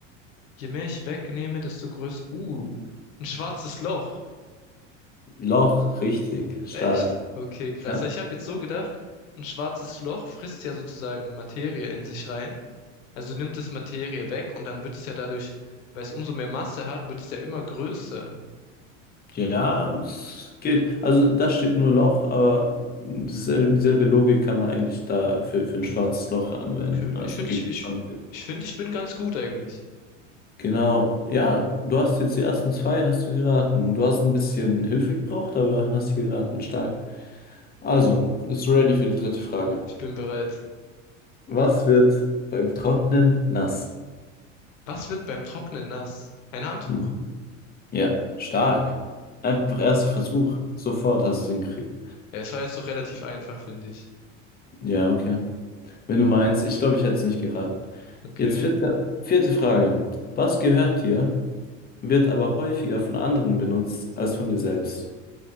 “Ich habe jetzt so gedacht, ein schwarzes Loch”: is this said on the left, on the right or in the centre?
Left